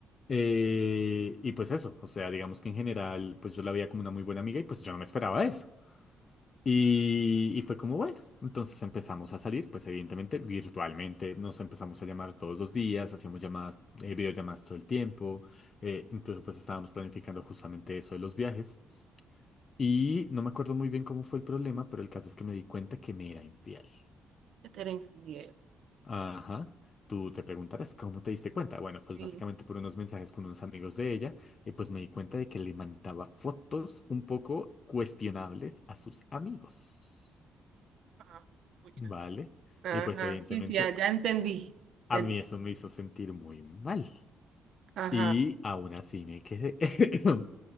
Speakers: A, on the left; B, on the right.
A: Eh, y pues eso, o sea, digamos que en general, pues yo la veía como una muy buena amiga y pues yo no me esperaba eso. Y, y fue como, bueno, entonces empezamos a salir, pues evidentemente virtualmente, nos empezamos a llamar todos los días, hacíamos llamadas, eh, videollamadas todo el tiempo, eh, incluso pues estábamos planificando justamente eso de los viajes. Y no me acuerdo muy bien cómo fue el problema, pero el caso es que me di cuenta que me era infiel.
B: Que Te era infiel.
A: Ajá. Tú te preguntarás cómo te diste cuenta. Bueno, pues
B: Sí.
A: básicamente por unos mensajes con unos amigos de ella, y pues me di cuenta de que le mandaba fotos un poco cuestionables a sus amigos.
B: ah Pucha.
A: ¿Vale?
B: Ajá.
A: Y pues evidentemente
B: Sí, sí, ya, ya entendí.
A: a
B: Ya
A: mí
B: ent-
A: eso me hizo sentir muy mal.
B: Ajá.
A: Y aún así me quedé. <laughs>